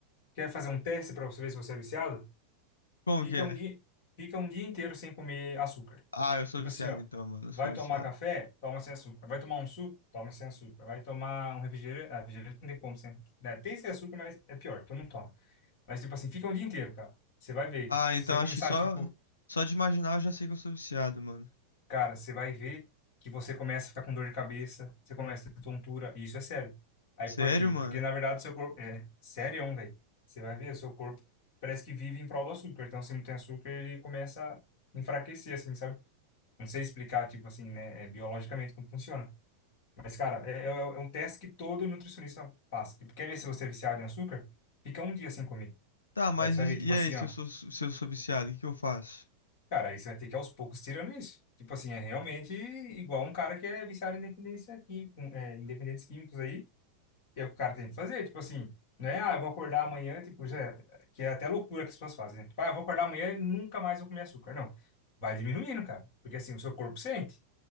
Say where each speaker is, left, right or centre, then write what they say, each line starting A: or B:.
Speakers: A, on the left; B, on the left.
A: Quer fazer um teste para você ver se você é viciado?
B: Como
A: Fica
B: que
A: um
B: é?
A: dia, fica um dia inteiro sem comer açúcar.
B: Ah, eu sou
A: Tipo
B: viciado
A: assim, ó.
B: então, mano. Eu sou
A: Vai
B: viciado.
A: tomar café? Toma sem açúcar. Vai tomar um suco? Toma sem açúcar. Vai tomar um refrigerante? Ah, refrigerante não tem como sem. né? Tem sem açúcar, mas é pior, todo mundo toma. Mas, tipo assim, fica o dia inteiro, cara. Você vai ver.
B: Ah,
A: Se
B: então
A: você começar,
B: acho que só,
A: tipo,
B: só de imaginar eu já sei que eu sou viciado, mano.
A: cara, você vai ver que você começa a ficar com dor de cabeça, você começa a ter tontura, e isso é sério. Aí
B: Sério,
A: por quê?
B: mano?
A: Porque, na verdade, o seu corpo. É, sério, velho. Você vai ver, o seu corpo parece que vive em prol do açúcar. Então, se não tem açúcar, ele começa a enfraquecer, assim, sabe? Não sei explicar, tipo assim, né, é, biologicamente como funciona. Mas, cara, é, é, é um teste que todo nutricionista passa. Tipo, quer ver se você é viciado em açúcar? Fica um dia sem comer.
B: Tá, mas
A: Aí você vai
B: e,
A: ver, tipo
B: e
A: assim,
B: aí, se
A: ó.
B: eu sou, se eu sou viciado, o que que eu faço?
A: Cara, aí você vai ter que aos poucos tirando isso. Tipo assim, é realmente igual um cara que é viciado em dependência química, é, em dependentes químicos aí, e é o que o cara tem que fazer. Tipo assim, não é, ah, eu vou acordar amanhã, tipo, já, é, que é até loucura que as pessoas fazem, né? Tipo, ah, eu vou acordar amanhã e nunca mais vou comer açúcar. Não. Vai diminuindo, cara. Porque assim, o seu corpo sente.